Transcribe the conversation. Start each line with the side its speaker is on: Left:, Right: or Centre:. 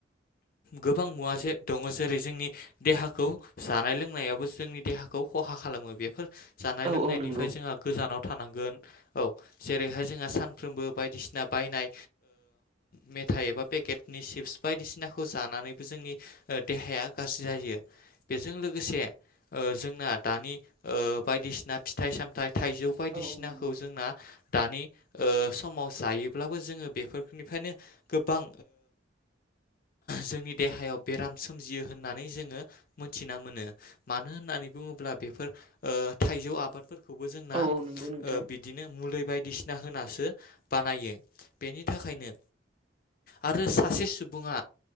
Left: गोबां मुवा जे दङ जेरै जोंनि देहाखौ जानाय लोंनायावबो जोंनि देहाखौ खहा खालामो बेफोर जानाय
Right: औ
Left: लोंनायनिफ्राय
Right: औ नंगौ
Left: जोंहा गोजानाव जेरै जोंहा सानफ्रोसबो बायदिसिना बायनाय मेथाइ एबा पेकेटनि सिपस बायदिसिनाखौ जानानैबो जोंनि देहाया गाज्रि जायो। बेजों लोगोसे जोंना दानि बायदिसिना फिथाइ सामथाइ थाइजौ बायदिसिनाखौ
Right: औ औ नंगौ
Left: जोंना दानि समाव जायोब्लाबो जोङो बेफोरनिफ्रायनो गोबां जोंनि देहायाव बेराम सोमजियो होननानै जोङो मोनथिना मोनो मानो होननानै होननानै बुङोब्ला बेफोर थाइजौ आप आबादफोरखौबो जोंना
Right: औ औ नंगौ नोंथां
Left: बिदिनो मुलि बायदिसिना होनासो बानायो बेनि थाखायनो आरो सासे सुबुङा